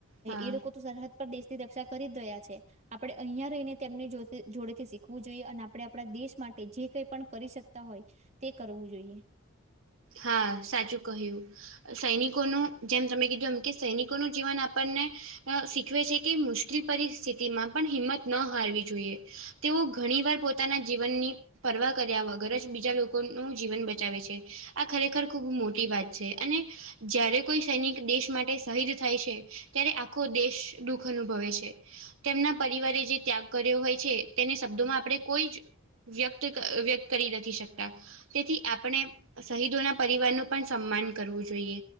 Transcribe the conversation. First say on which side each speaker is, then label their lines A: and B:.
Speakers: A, on the right; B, on the right.
A: હા
B: એ લોકો તો સરહદ પર દેશની રક્ષા કરી જ રયા છે આપડે અહિયા રહીને તેમની જોડે જોડે થી શીખ શીખવું જોઈએ અને આપડણે આપણા દેશ માટે જે કઈ પણ કરી શકતા હોય તે કરવું જોઈએ
A: હા સાચું કહ્યું સૈનિકોનું જેમ તમે કીધું એમ કે સૈનિકોનું જીવન આપણને અ શીખવે છે કે મુશ્કેલ પરિસ્થિતિમાં પણ હિંમત ન હારવી જોઈએ તેઓ ઘણી વાર પોતાના જીવનની પરવા કર્યા વગર જ બીજા લોકોનું જીવન બચાવે છે આ ખરેખર ખૂબ મોટી વાત છે અને જ્યારે કોઈ સૈનિક દેશ માટે શહીદ થાય છે. ત્યારે આખો દેશ દુઃખ અનુભવે છે તેમના પરિવારે જે ત્યાગ કર્યો હોય છે તેને શબ્દોમાં આપણે કોઈ જ વ્યક્ત વ્યક્ત કરી નથી શકતા તેથી આપણે શહીદોના પરિવારનું પણ સન્માન કરવું જોઈએ